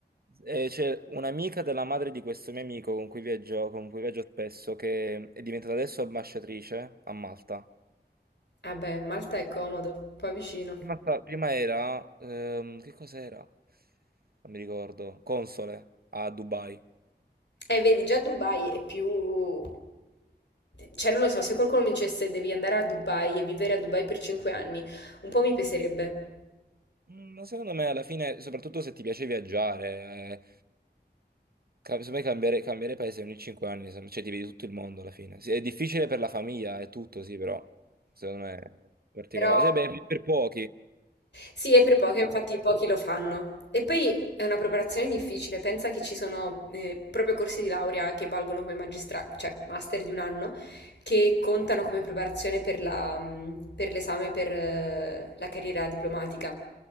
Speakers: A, on the right; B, on the left.
A: E c'è un'amica della madre di questo mio amico con cui viaggio, con cui viaggio spesso, che è diventata adesso ambasciatrice a Malta.
B: Vabbè, Malta è comodo, poi vicino.
A: Prima, sta- prima era, ehm, che cos'era? Non mi ricordo, console a Dubai.
B: Eh, vedi, già Dubai è più... Cioè, non lo so, se qualcuno mi dicesse devi andare a Dubai e vivere a Dubai per 5 anni, un po' mi peserebbe.
A: Mm, Ma secondo me alla fine, soprattutto se ti piace viaggiare, eh, ca- secondo me cambiare, cambiare paese ogni 5 anni, se- cioè ti vedi tutto il mondo alla fine. Sì, è difficile per la famiglia e tutto, sì, però secondo me è particolare.
B: Però
A: Cioè, beh, per pochi,
B: Sì, è per poche, infatti pochi lo fanno. E poi è una preparazione difficile, pensa che ci sono eh, proprio corsi di laurea che valgono come magistra, cioè master di un anno, che contano come preparazione per la, mm, per l'esame per eh, la carriera diplomatica.